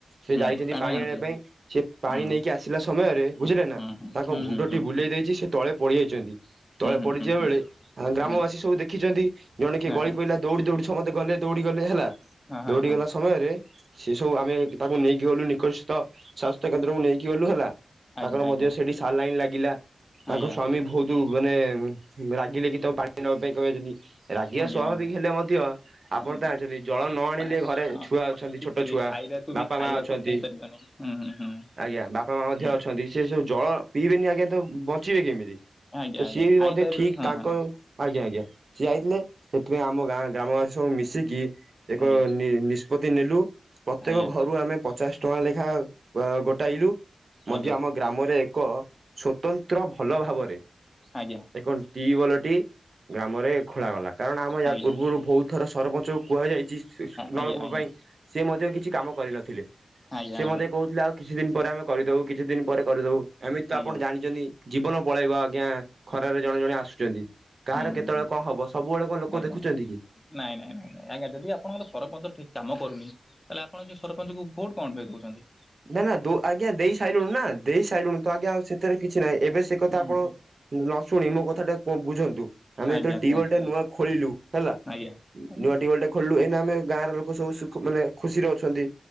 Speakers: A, on the right (about 50°); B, on the left (about 20°).
A: ସେ
B: ହୁଁ
A: ଯାଇଛନ୍ତି ପାଣି
B: ଆଣୁଥିଲେ
A: ଆଣିବା ପାଇଁ ସେ ପାଣି
B: ହୁଁ
A: ନେଇକି ଆସିଲା ସମୟରେ ବୁଝିଲେ ନା?
B: ହୁଁ ହୁଁ
A: ତାଙ୍କ ମୁଣ୍ଡ
B: ହୁଁ ହୁଁ ହୁଁ ହୁଁ
A: ବୁଲେଇ ଦେଇଛି ସେଠ ତଳେ ପଡିଯାଇଛନ୍ତି। ତଳେ
B: ହୁଁ
A: ପଡିଯିବା
B: ହୁଁ ହୁଁ
A: ବେଳେ ଗ୍ରାମବାସୀ
B: ହୁଁ
A: ସବୁ ଦେଖିଛନ୍ତି ଜଣେ କିଏ
B: ହଁ
A: ଗଳି
B: ହଁ
A: ଦୌଡି ଦୌଡି ସମସ୍ତେ ଗଲେ ଦୌଡି ଗଲେ ହେଲା।
B: ହଁ ହଁ
A: ଦୌଡି
B: ହଁ
A: ଗଲା ସମୟରେ ସେ ସବୁ ଆମେ ତାକୁ ନେଇକି ଗଲୁ ନିକଟଥ ସ୍ଵାସ୍ଥ୍ୟ କେନ୍ଦ୍ରକୁ ନେଇକି ଗଲୁ ହେଲା।
B: ଆଜ୍ଞା
A: ତାଙ୍କର
B: ଆଜ୍ଞା
A: ମଧ୍ୟ ସେଠି ସାଲାଇନ୍ ଲାଗିଲା ତାଙ୍କ
B: ଆଜ୍ଞା
A: ସ୍ଵାମୀ ବହୁତ ମାନେ ରାଗିଲେ କି ତମେ ପାଣି ନବା ପାଇଁ କହିଛନ୍ତି ରାଗିବା
B: ଆଜ୍ଞା
A: ସ୍ୱାଭାବିକ
B: ଆଜ୍ଞା
A: ହେଲେ ମଧ୍ୟ ଆପଣ
B: ହୁଁ
A: ଜଣିଛନ୍ତି ଜଳ ନ ଆଣିଲେ
B: ପାଣି
A: ଘରେ
B: ହଁ
A: ଛୁଆ ଅଛନ୍ତି
B: କିଛି
A: ଛୋଟ
B: ବି
A: ଛୁଆ
B: ଖାଇବାକୁ ବି
A: ବାପା
B: ଖାଇବାକୁ
A: ମା ଅଛନ୍ତି
B: ବି ହେଇ ପାରିବନି। ହୁଁ ହୁଁ ହୁଁ।
A: ଆଜ୍ଞା ବାପା ମା ମଧ୍ୟ
B: ହଁ
A: ଅଛନ୍ତି ସେ ସବୁ ଜଳ ପିଇବେନି ଆଜ୍ଞା ତ ବଞ୍ଚିବେ କେମିତି?
B: ଆଜ୍ଞା
A: ତ
B: ଆଜ୍ଞା
A: ସିଏ ବି
B: ଖାଇପାରିବନି
A: ମଧ୍ୟ ଠିକ
B: ହଁ
A: ତାଙ୍କର
B: ହଁ ହଁ
A: ଆଜ୍ଞା ଆଜ୍ଞା ସିଏ ଯାଇଥିଲେ ସେଥିପାଇଁ ଆମ ଗାଁ ଗ୍ରାମବାସୀ ସବୁ ମିଶିକି ଏକ
B: ଆଜ୍ଞା
A: ନିଷ୍ପତି ନେଲୁ ପ୍ରତ୍ୟେକ
B: ଆଜ୍ଞା
A: ଘରୁ ଆମେ ପଚାଶ ଟଙ୍କା ଲେଖାଏ ଗୋଟାଇଲୁ ମଧ୍ୟ
B: ଆଜ୍ଞା
A: ଆମ ଗ୍ରାମରେ ଏକ ସ୍ଵତନ୍ତ୍ର ଭଲ ଭାବରେ
B: ଆଜ୍ଞା
A: ଏକ ଟିୱଲ ଟି ଗ୍ରାମରେ ଖୋଳାଗଲା କାରଣ ଆମ ୟା
B: ଆଜ୍ଞା
A: ପୂର୍ବରୁ ବହୁତ ଥର ସରପଞ୍ଚଙ୍କୁ କୁହାଯାଇଛି। ନଳ
B: ଆଜ୍ଞା
A: କୂପ
B: ଆଜ୍ଞା
A: ପାଇଁ ସେ ମଧ୍ୟ କିଛି କାମ କରିନଥିଲେ
B: ଆଜ୍ଞା
A: ସେ
B: ଆଜ୍ଞା
A: ମଧ୍ୟ କହୁଥିଲେ ଆଉ କିଛି ଦିନ ପରେ ଆମେ କରିଦଉ କିଛି ଦିନ ପରେ କରିଦଉ ଏମିତି
B: ଆଜ୍ଞା
A: ତ ଆପଣ ଜାଣିଛନ୍ତି ଜୀବନ ପଳେଇବ ଆଜ୍ଞା। ଖରାରେ ଜଣେ ଜଣେ ଆସୁଛନ୍ତି କାହାର
B: ହୁଁ
A: କେତେବେଳେ
B: ହୁଁ
A: କଣ ହବ ସବୁବେଳେ କଣ ଲୋକ
B: ଆଜ୍ଞା
A: ଦେଖୁଛନ୍ତି କି?
B: ନାଇଁ ନାଇଁ ନାଇଁ ନାଇଁ ଆଜ୍ଞା ଯଦି ଆଣଙ୍କର ସରପଞ୍ଚର ଠିକ କାମ କରୁନି। ତାହେଲେ ଆପଣ ସେ ସରପଞ୍ଚଙ୍କୁ ଭୋଟ କଣ ପାଇଁ ଦଉଛନ୍ତି?
A: ନା ନା ଆଜ୍ଞା ଦେଇ ସାଇଲୁଣି ନା ଦେଇ ସାଇଲୁଣି ତ ଆଜ୍ଞା ସେଥିରେ କିଛି ନାହିଁ ଏବେ ସେ କଥା
B: ହୁଁ
A: ଆପଣ ନ ଶୁଣି ମୋ କଥା ଟା କୁ ବୁଝନ୍ତୁ। ଆମେ
B: ଆଜ୍ଞା
A: ଯେତେବେଳେ
B: କୁହନ୍ତୁ
A: ଟିୱେଲ ଟା ନୂଆ ଖୋଳିଲୁ ହେଲା
B: ଆଜ୍ଞା ଆଜ୍ଞା
A: ନୂଆ ଖୋଳିଲୁ ଏଇନା ଆମେ ଗାଁ ର ଲୋକ ସବୁ ଖୁ ମାନେ ଖୁସିରେ ଅଛନ୍ତି